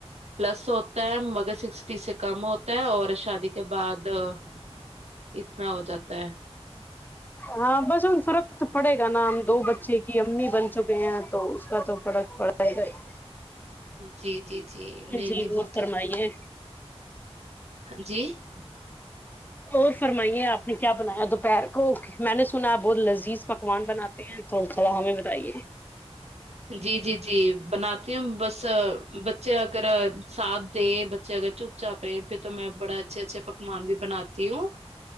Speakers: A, on the right (about 75°); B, on the left (about 15°).
A: پلس ہوتا ہے مگر سکسٹی سے کم ہوتا ہے اور شادی اس کے بعد <unintelligible> اتنا ہو جاتا ہے <unintelligible>
B: ہاں بس ان فرق تو پڑے گا نا ہم دو بچے کی امی بن چکے ہیں تو اس کا تو فرق پڑےا فائ گ <unintelligible>
A: جی جی <unintelligible> نہیں
B: جی
A: نہیں
B: وہ
A: بہت
B: فرمائیے
A: جی <unintelligible>
B: اور فرمائیے آپ نے کیا بنایا دوپہر کو اوکے میں نے سنا آپ بہت لذیذ پکوان بناتے ہیں تو تھوڑا ہمیں بتائیے
A: جی جی جی بناتی ہوں بس بچے اگر ساتھ دے بچے اگر چپ چاپ رہے پھر تو میں بڑا اچھے اچھے پکوان بھی بناتی ہوں